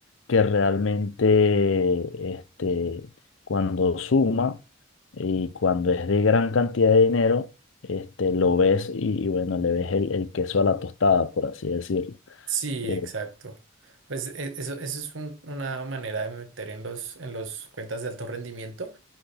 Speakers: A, on the left (about 80°); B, on the right (about 85°).
A: que realmente este, cuando suma y cuando es de gran cantidad de dinero, este, lo ves y, y bueno, le ves el, el queso a la tostada, por así decirlo.
B: Sí,
A: Eh,
B: exacto. Pues e- eso, eso es un- una manera de meter en los, en los cuentas de alto rendimiento.